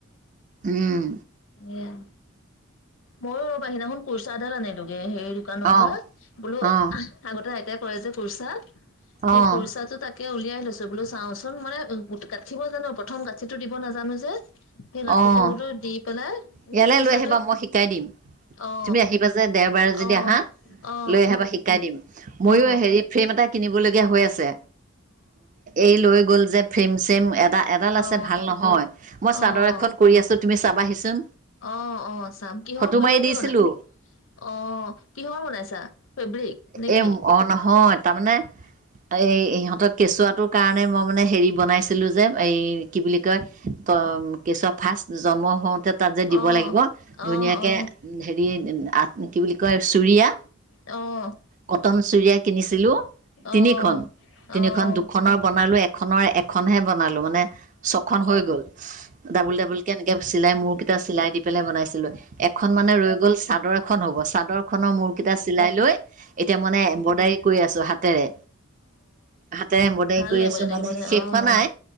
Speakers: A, on the right (about 40°); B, on the left (about 70°).
A: উম।
B: এয়া মইও ৰবা সেই নাখন কুৰ্চা এডাল আনিলোগে হেৰি দোকানৰ
A: অঁ
B: পৰা বোলো
A: অঁ
B: আগতে আইতাই কৰে যে কুৰ্চা সেই
A: অঁ
B: কুৰ্চাটো তাক তাকে উলিয়াই লৈছো বোলো চাওচোন মানে গাঠিব জানো প্ৰথম গাঠিটো দিব নাজানো যে সেই গাঠিটো
A: অঁ
B: বোলো দি পেলাই
A: ইয়ালৈ
B: এ কুৰ্চাটো
A: লৈ আহিবা মই শিকাই দিম।
B: অ
A: তুমি আহিবা যে, দেওবাৰে যদি
B: অ
A: আহা,
B: অ অ
A: লৈ আহিবা? শিকাই দিম। মইয়ো
B: অ অ
A: হেৰি, ফ্ৰেম এটা কিনিবলগীয়া হৈ আছে। এই লৈ গ'ল যে, ফ্ৰেম-চ্ৰেম এটা। এডাল
B: অ
A: আছে, ভাল নহয়! মই
B: অ
A: চাদৰ এখন কৰি আছোঁ, তুমি চাবাহিচোন?
B: অ' অ'! চাম। কিহৰ
A: ফটো
B: কিহৰ
A: মাৰি দিছিলো
B: দি বনাই? অ'! কিহৰ বনাইছা? ফেব্ৰিক, নেকি?
A: এ অ'! নহয়। তাৰমানে,
B: <inaudible>
A: এই, ইহঁত, কেঁচুৱাটোৰ কাৰণে, মই মানে, হেৰি বনাইছিলোঁ যে, এই কি বুলি কয়? কেঁচুৱা ফাৰ্ষ্ট, জন্ম হওঁ তাত যে, দিব
B: অ
A: লাগিব। ধুনীয়াকে!
B: অ অ
A: হেৰি, কি বুলি কয়, চুৰিয়া।
B: অ'!
A: কটন চুৰিয়া কিনিছিলোঁ,
B: অ',
A: তিনিখন। তিনিখন, দুখনৰ বনালোঁ। এ এখনৰ, এখনহে বনালোঁ। মানে, ছখন হৈ গ'ল। ডাবুল-ডাবুলকে এনেকে, চিলাই মূৰ কেইটা চিলাই দি পেলাই বনাইছিলোঁ। এখন মানে ৰৈ গ'ল, চাদৰ খন হ'ব। চাদৰ খনৰ মূৰ কেইটা চিলাই লৈ, এতিয়া মানে, এম্ব্ৰইডাৰী কৰি আছোঁ, হাতেৰে। হাতেৰে এম্ব্ৰইডাৰী
B: ভাল
A: কৰি
B: লাগিব
A: আছোঁ।
B: যে দেখিবলৈ
A: মানে, শেষ
B: অ',
A: হোৱা নাই।